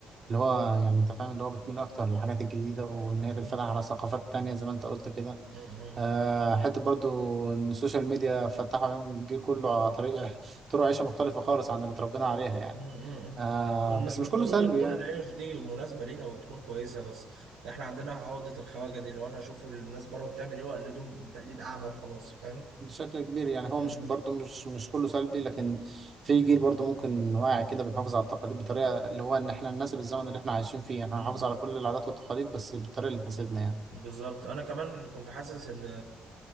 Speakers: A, on the right (about 45°); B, on the right (about 80°).
A: اللي هو يعني انت فاهم اللي هو بتميل اكتر للحاجات الجديده وان
B: أكيد
A: هي تتفتح على ثقافات تانية زي ما انت قلت كده
B: م- م.
A: آه حته برضو ان السوشيال ميديا فتحوا عيون الجيل كله على طريقه طرق عيشه مختلفه خالص عن اللي اتربينا عليها يعني
B: امم
A: آه
B: ومش
A: بس
B: بالضرورة
A: مش كله سلبي
B: تكون
A: يعني
B: العيش دي مناسبة لينا وتكون كويسة بس احنا عندنا عقدة الخواجة دي اللي هو انا اشوف الناس بره بتعمل ايه واقلدهم تقليد اعمى وخلاص فاهم
A: بشكل كبير يعني هو
B: امم
A: مش برضه مش مش كله سلبي لكن في جيل برضه ممكن واعي كده بيحافظ على التقاليد بطريقه اللي هو ان احنا نناسب الزمن اللي احنا عايشين فيه احنا
B: امم
A: هنحافظ على كل العادات والتقاليد بس بالطريقه اللي تناسبنا يعني
B: بالظبط انا كمان كنت حاسس ان